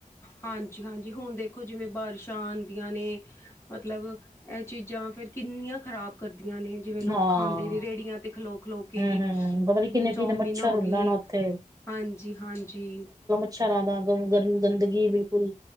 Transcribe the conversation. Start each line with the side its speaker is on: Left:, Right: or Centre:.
Left: ਹਾਂਜੀ -ਹਾਂਜੀ ਹੁਣ ਦੇਖੋ ਜਿਵੇਂ ਬਾਰਿਸ਼ਾਂ ਆਦੀਆਂ ਨੇ ਮਤਲਬ, ਇਹ ਚੀਜ਼ਾਂ ਫੇਰ ਕਿੰਨੀਆਂ ਖ਼ਰਾਬ ਕਰਦੀਆਂ ਨੇ ਜਿਵੇਂ ਲੋਕ
Right: ਹਾਂ
Left: ਖਾਂਦੇ ਨੇ ਰੇਹੜੀਆਂ ਤੇ ਖਲੋ- ਖਲੋ ਕੇ,
Right: ਹੂੰ ਹੂੰ ਪਤਾ ਨੀ ਕਿੰਨੇ
Left: ਚੌਮਿਨ
Right: ਕਿੰਨੇ ਮੱਛਰ
Left: ਹੋ
Right: ਹੁੰਦਾ
Left: ਗੇ
Right: ਨਾ ਉੱਥੇ
Left: ਹਾਂਜੀ- ਹਾਂਜੀ।
Right: <unintelligible> ਗਰਮੀ ਗੰਦਗੀ ਏ ਬਿਲਕੁਲ।